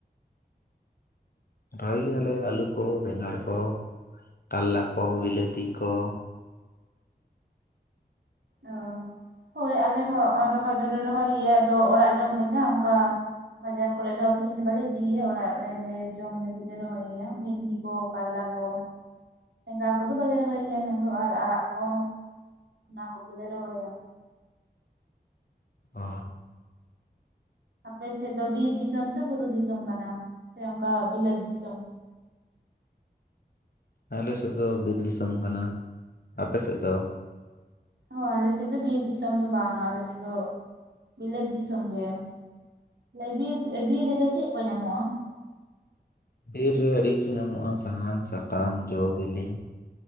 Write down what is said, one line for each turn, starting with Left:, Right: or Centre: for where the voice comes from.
Left: ᱨᱚᱦᱚᱭ ᱜᱮᱭᱟᱞᱮ ᱟᱹᱞᱩ ᱠᱚ ᱵᱮᱸᱜᱟᱲ ᱠᱚ ᱠᱟᱞᱞᱟ ᱠᱚ ᱵᱤᱞᱟᱹᱛᱤ ᱠᱚ
Right: ᱚ ᱦᱳᱭ ᱟᱞᱮ ᱦᱚᱸ <unintelligible> ᱨᱚᱦᱚᱭ ᱫᱚᱞᱮ ᱨᱚᱦᱚᱭ ᱜᱮᱭᱟ ᱟᱫᱚ ᱚᱲᱟᱜ ᱡᱚᱢ ᱞᱮᱠᱟ ᱚᱱᱠᱟ ᱵᱟᱡᱟᱨ ᱠᱚᱨᱮ ᱫᱚ ᱟᱹᱠᱷᱨᱤᱧ ᱫᱚ ᱵᱟᱞᱮ ᱤᱫᱤᱭᱭᱟ ᱚᱲᱟᱜ ᱨᱮᱞᱮ ᱡᱚᱢ ᱞᱟᱹᱜᱤᱫ ᱞᱮ ᱫᱚᱦᱚᱭ ᱜᱮᱭᱟ <unintelligible> ᱠᱚ ᱠᱟᱞᱞᱟ ᱠᱚ ᱵᱮᱸᱜᱟᱲ ᱠᱚᱫᱚ ᱵᱟᱞᱮ ᱨᱚᱦᱚᱭ ᱜᱮᱭᱟ ᱩᱱᱟᱹᱜ ᱫᱚ ᱟᱨ ᱟᱲᱟᱜ ᱠᱚ ᱚᱱᱟ ᱠᱚᱜᱮᱞᱮ ᱨᱚᱦᱚᱭᱟ
Left: ᱚᱻ
Right: ᱟᱯᱮ ᱥᱮᱫ ᱫᱚ ᱵᱤᱨ ᱫᱤᱥᱚᱢ ᱥᱮ ᱵᱩᱨᱩ ᱫᱤᱥᱚᱢ ᱠᱟᱱᱟ ᱥᱮ ᱚᱱᱠᱟ ᱵᱤᱞᱟᱹᱛ ᱫᱤᱥᱚᱢ?
Left: ᱟᱞᱮ ᱥᱮᱫ ᱫᱚ ᱵᱤᱨ ᱫᱤᱥᱚᱢ ᱠᱟᱱᱟ᱾ ᱟᱯᱮᱥᱮᱫ ᱫᱚ?
Right: ᱚ ᱟᱞᱮ ᱥᱮᱫ ᱫᱚ ᱵᱤᱨ ᱫᱤᱥᱚᱢ ᱫᱚ ᱵᱟᱝ ᱟᱞᱮ ᱥᱮᱫ ᱫᱚ ᱵᱤᱞᱟᱹᱛ ᱫᱤᱥᱚᱢ ᱜᱮ᱾ <unintelligible> ᱵᱤᱨ ᱵᱤᱨ ᱨᱮᱫᱚ ᱪᱮᱫ ᱠᱚ ᱧᱟᱢᱚᱜᱼᱟ
Left: ᱵᱤᱨ ᱨᱮ ᱟᱹᱰᱤ ᱠᱤᱪᱷᱩ ᱧᱟᱢᱚᱜᱼᱟ ᱥᱟᱦᱟᱱ ᱥᱟᱠᱟᱢ ᱡᱚ ᱵᱤᱞᱤ᱾